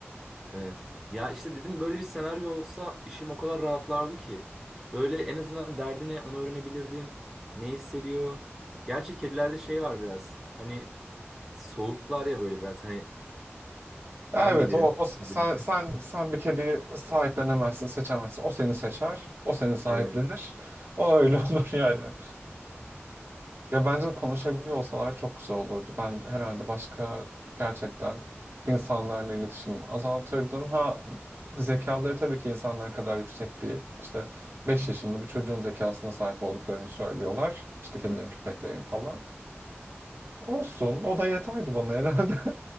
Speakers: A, in the centre; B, on the right.
A: Evet. Ya işte dedim böyle bir senaryo olsa işim o kadar rahatlardı ki. Böyle en azından derdine onu öğrenebilirdim. Ne hissediyor? Gerçi kedilerde şey var biraz. Hani Soğuk var ya böyle biraz. Hani
B: Ya
A: ben
B: evet
A: bilirim.
B: o, o sen
A: ben bilirim.
B: sen
A: <laughs>
B: sen bir kediyi sahiplenemezsin, seçemezsin. O seni seçer, o seni sahiplenir.
A: Evet.
B: O öyle <laughs> olur yani. Ya bence de konuşabiliyor olsalar çok güzel olurdu. Ben herhalde başka gerçekten insanlarla iletişimimi azaltırdım. Ha zekaları tabii ki insanlar kadar yüksek değil. İşte 5 yaşında bir çocuğun zekasına sahip olduklarını söylüyorlar. İşte kedilerin, köpeklerin falan. Olsun, o da yeterdi bana herhalde.